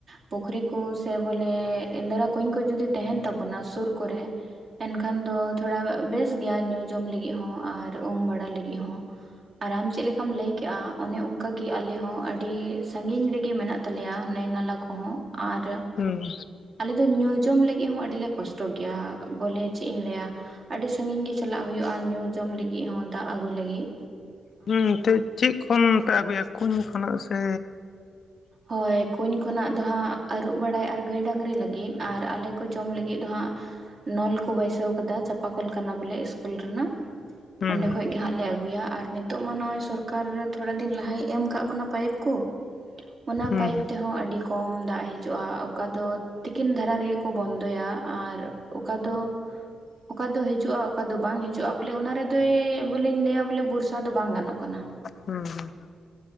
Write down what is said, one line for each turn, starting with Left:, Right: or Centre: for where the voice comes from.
Right: ᱯᱩᱠᱷᱨᱤ ᱠᱩ ᱥᱮ ᱵᱚᱞᱮᱹ, ᱤᱱᱫᱽᱨᱟ ᱠᱩᱧ ᱠᱚ ᱡᱩᱫᱤ ᱛᱟᱦᱮᱸᱱ ᱛᱟᱵᱚᱱᱟ, ᱥᱩᱨ ᱠᱚᱨᱮ᱾ ᱮᱱᱠᱷᱟᱱ ᱫᱚ ᱛᱷᱚᱲᱟ ᱵᱮᱥ ᱜᱮᱭᱟ ᱧᱩ, ᱡᱚᱢ ᱞᱤᱜᱤᱜ ᱦᱚᱸ ᱟᱨ ᱩᱢ ᱵᱟᱲᱟ ᱞᱤᱜᱤᱫ ᱦᱚᱸ᱾ ᱟᱨᱟᱢ ᱪᱮᱜ ᱞᱮᱠᱟᱢ ᱞᱟᱹᱭ ᱠᱮᱜᱼᱟ, ᱚᱱᱮ ᱚᱝᱠᱟᱜᱮ ᱠᱤ ᱟᱞᱮ ᱦᱚᱸ ᱟᱰᱤ ᱥᱟᱺᱜᱤᱧ ᱨᱮᱜᱮ ᱢᱮᱱᱟᱜ ᱛᱟᱞᱮᱭᱟ ᱱᱟᱹᱭ-ᱱᱟᱞᱟ ᱠᱚᱦᱚᱸ ᱟᱨ
Left: ᱩᱸ᱾
Right: ᱟᱞᱮ ᱫᱚ ᱧᱩ-ᱡᱚᱢ ᱞᱟᱹᱜᱤᱜ ᱦᱚᱸ ᱟᱰᱤᱞᱮ ᱠᱚᱥᱴᱚ ᱜᱮᱭᱟ᱾ ᱵᱚᱞᱮ ᱪᱮᱜ ᱤᱧ ᱞᱟᱹᱭᱟ! ᱟᱹᱰᱤ ᱥᱟᱺᱜᱤᱧ ᱜᱮᱹ ᱪᱟᱞᱟᱜ ᱦᱩᱭᱩᱜᱼᱟ, ᱧᱩ-ᱡᱚᱢ ᱞᱤᱜᱤᱜ ᱦᱚᱸ, ᱫᱟᱜ ᱟᱹᱜᱩᱭ ᱞᱟᱹᱜᱤᱜ᱾
Left: ᱦᱩᱸ ᱛᱮᱜ ᱪᱮᱜ ᱠᱷᱚᱱ ᱯᱮ ᱟᱹᱜᱩᱭᱟ, ᱠᱩᱧ ᱠᱷᱚᱱᱟᱜ ᱥᱮ?
Right: ᱦᱚᱭ, ᱠᱩᱧ ᱠᱷᱚᱱᱟᱜ ᱫᱚ ᱦᱟᱸᱜ ᱟᱨᱩᱵ ᱵᱟᱲᱟᱭ ᱟᱨ ᱜᱟᱹᱭ, ᱰᱟᱹᱝᱨᱤ ᱞᱟᱹᱜᱤᱫ ᱟᱨ ᱟᱞᱮ ᱠᱚ ᱡᱚᱢ ᱞᱤᱜ ᱜᱤᱜ ᱫᱚ ᱦᱟᱸᱜ ᱱᱚᱞ ᱠᱚ ᱵᱟᱹᱭᱥᱟᱹᱣ ᱠᱟᱫᱟ᱾ 'ᱪᱟᱯᱟᱠᱚᱞ' ᱠᱟᱱᱟ ᱵᱚᱞᱮ 'ᱤᱥᱠᱩᱞ' ᱨᱮᱱᱟᱜ᱾
Left: ᱦᱩᱸ
Right: ᱚᱸᱰᱮ ᱠᱷᱚᱡ ᱜᱮ ᱦᱟᱸᱜ ᱞᱮ ᱟᱹᱜᱩᱭᱟ ᱟᱨ ᱱᱤᱛ ᱛᱚᱜ ᱢᱟ ᱱᱚᱜᱼᱚᱭ ᱥᱚᱨᱠᱟᱨ ᱛᱷᱚᱲᱟ ᱫᱤᱱ ᱞᱟᱦᱟᱭ ᱮᱢ ᱟᱠᱟᱜ ᱵᱚᱱᱟ ᱯᱟᱭᱤᱯ ᱠᱚ ᱾ ᱚᱱᱟ
Left: ᱦᱩᱸ ᱦᱩᱸ
Right: ᱯᱟᱭᱤᱯ ᱛᱮᱦᱚᱸ ᱟᱹᱰᱤ ᱠᱚᱢ ᱫᱟᱜ ᱦᱤᱡᱩᱜᱼᱟ, ᱚᱠᱟ ᱫᱚ ᱛᱤᱠᱤᱱ ᱫᱷᱟᱨᱟ ᱨᱮᱜᱮ ᱠᱚ ᱵᱚᱱᱫᱚᱭᱟ ᱟᱨ ᱚᱠᱟ ᱫᱚ ᱚᱠᱟ ᱫᱚ ᱦᱤᱡᱩᱜᱼᱟ ᱚᱠᱟ ᱫᱚ ᱵᱟᱝ ᱦᱤᱡᱩᱜᱼᱟ ᱵᱚᱞᱮ ᱚᱱᱟ ᱨᱮᱫᱚᱭ ᱵᱚᱞᱮᱧ ᱞᱟᱹᱭᱟ ᱵᱚᱞᱮ ᱵᱚᱨᱥᱟ ᱫᱚ ᱵᱟᱝ ᱜᱟᱱᱚᱜ ᱠᱟᱱᱟ ᱾
Left: ᱦᱮᱸ ᱦᱮᱸ,